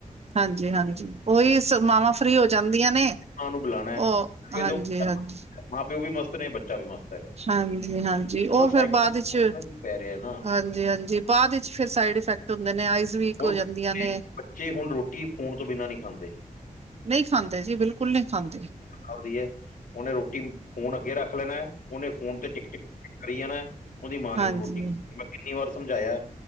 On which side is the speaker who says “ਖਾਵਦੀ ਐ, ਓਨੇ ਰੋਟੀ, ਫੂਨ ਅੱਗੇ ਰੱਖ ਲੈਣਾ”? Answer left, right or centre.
Left